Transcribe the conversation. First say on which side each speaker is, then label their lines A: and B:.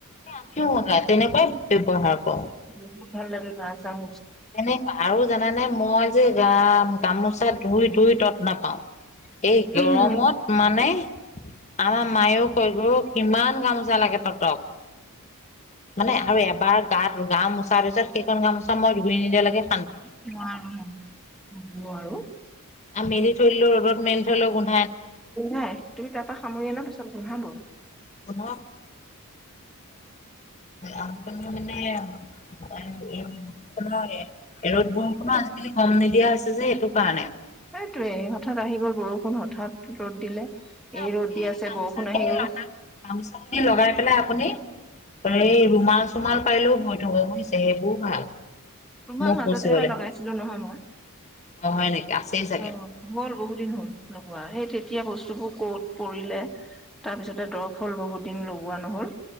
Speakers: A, on the left; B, in the centre.
A: আমিও তেনেকুৱাই ব্যৱহাৰ কৰো।
B: বহুত ভাল লাগে গা চা ম
A: তেনেকুৱা আৰু জানোনে মই যে গ গামোচা ধুই ধুই তত্ নাপাও এই গৰমত
B: উম
A: মানে আমাৰ মায়েও কৈ গো কিমান গামোচা লাগে তহঁতক মানে আৰু এবাৰ গাত গা মোচা পিছত সেইখন গাামোচা মই ধূৰি নিদিয়া লাগে
B: নোৱাৰো নোৱাৰো
A: আৰু মেলি থৈলো ৰ'দত মেলি থলেও গোন্
B: নাই তুমি তাৰ পৰা সামৰি আ ন পিছত ঘোধাব
A: <unintelligible> ন আ মানে ৰদোৰো ৰ'দ বোৰ কো আজিকালি গম নিদিয়া হৈছে যে সেইটো কাৰণে
B: সেইটোৱে হঠাৎ আহি গ'ল বৰষুণ হঠাৎ ৰ'দ দিলে এই
A: আপুনি
B: ৰ'দ দি আছে
A: গামোচা
B: বৰষুণ
A: খিনি
B: আহি গ'ল
A: লগা গামোচা খিনি লগাই পেলাই আপুনি এই ৰুমাল চুমাল পাৰিলেও হৈ থব বুজিছে সেইবোৰ ভাল
B: মই
A: মুখ
B: সাজতে
A: মুচিবলে
B: এব লগাইছিলো নহয় মই
A: অ হয় নেকি আছেই চাগে
B: অ হ'ল বহুত দিন হ'ল লগোৱা সেই তেতিয়া বস্তুবোৰ কত পৰিলে তাৰপিছতে দৰপ হ'ল বহুত দিন লগোৱা নহল